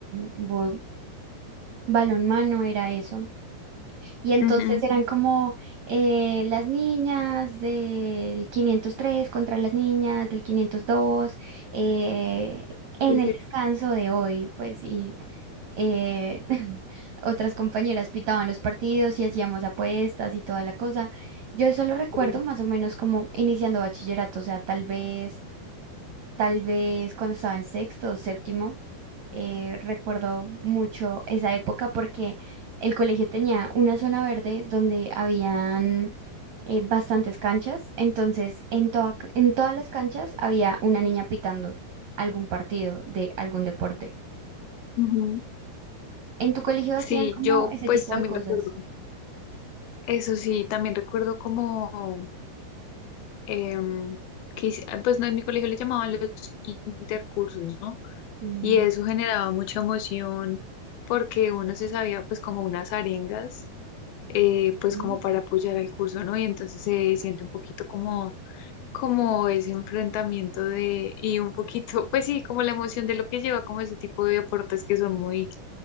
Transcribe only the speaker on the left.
ujú,
sí,
sí,
sí,
ujú.
Sí,
yo
pues
también
recuerdo, eso sí, también recuerdo como em, que hice- ah, pues no, en mi colegio le llamaban los intercursos, ¿no?
Y eso generaba mucha emoción porque uno se sabía pues como unas arengas, eh, pues
como para apoyar al curso, ¿no? Y entonces se siente un poquito como, como ese enfrentamiento de, y un poquito, <laughs> pues sí, como la emoción de lo que lleva como ese tipo de deportes que son muy